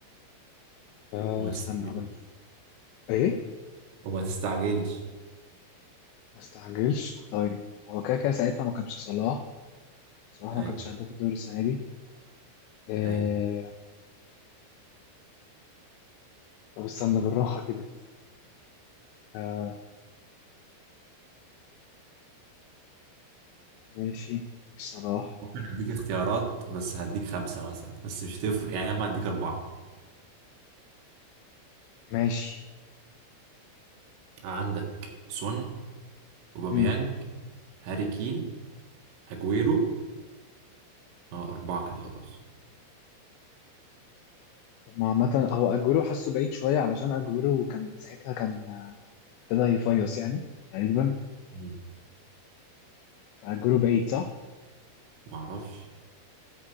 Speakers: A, on the left; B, on the right.
A: آه،
B: وما
A: استنى
B: تستعجلش
A: هقول لك ايه
B: وما تستعجلش
A: ما استعجلش طيب هو كده كده ساعتها ما كانش صلاح صلاح
B: ايوه
A: ما كانش هداف الدوري السنة دي آه...
B: ايوه
A: طب استنى بالراحة كده آه... ماشي مش صلاح
B: ممكن اديك اختيارات بس هديك خمسة مثلا بس مش تفرق يعني انا هديك اربعة
A: ماشي
B: عندك سون اوباميانج
A: مم.
B: هاري كين اجويرو اه اربعة كده خلاص
A: طب ما عامة هو أجويرو حاسه بعيد شوية علشان أجويرو كان ساعتها كان ابتدى يفيص يعني تقريبا
B: مم.
A: فأجويرو بعيد صح؟
B: معرفش